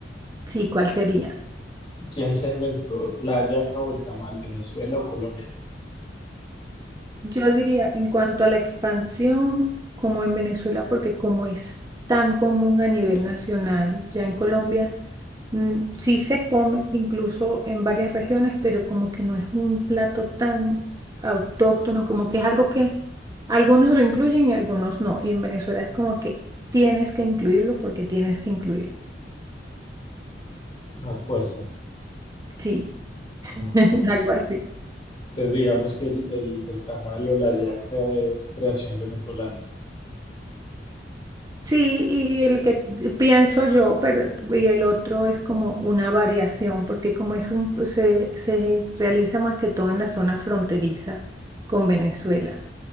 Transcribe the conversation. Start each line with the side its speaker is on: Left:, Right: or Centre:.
Right: sí, ¿cuál sería?
Left: ¿Quién se inventó la hallaca o el tamal? ¿Venezuela o Colombia?
Right: Yo diría, en cuanto a la expansión, como en Venezuela, porque como es tan común a nivel nacional, ya en Colombia mm, sí se come, incluso en varias regiones, pero como que no es un plato tan autóctono, como que es algo que algunos lo incluyen y algunos no. Y en Venezuela es como que tienes que incluirlo porque tienes que incluirlo.
Left: A fuerza.
Right: Sí, <laughs>
Left: Ok.
Right: algo así.
Left: Entonces digamos que el, el- el tamal o la hallaca es creación venezolana.
Right: Sí, y el que pienso yo, pero y el otro es como una variación, porque como es un pues, se, se realiza más que todo en la zona fronteriza con Venezuela,